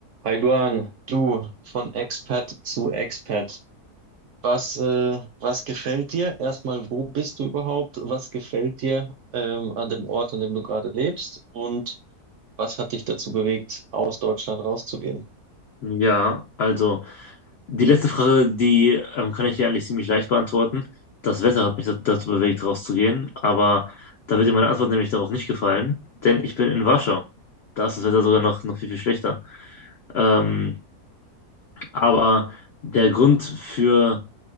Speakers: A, on the right; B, on the left.
A: Hi Guan, du von Expat zu Expat. Was, äh, was gefällt dir? Erstmal, wo bist du überhaupt? Was gefällt dir ähm, an dem Ort, an dem du gerade lebst? Und was hat dich dazu bewegt, aus Deutschland rauszugehen?
B: Ja, also die letzte Frage, die ähm, kann ich dir eigentlich ziemlich leicht beantworten. Das Wetter hat mich da- dazu bewegt, rauszugehen, aber da wird dir meine Antwort nämlich darauf nicht gefallen, denn ich bin in Warschau. Da ist das Wetter sogar noch, noch viel, viel schlechter. Ähm, aber der Grund für